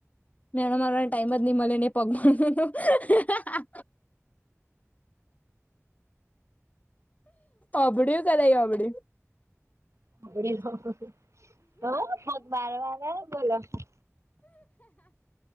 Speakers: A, on the left; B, on the right.
A: મેણા મારોને ટાઈમ જ નહી મળે નને, પગ હા, હા. અબડ્યું કે, નય અબડ્યું.
B: આપ હ ફગ બર વાર બોલો.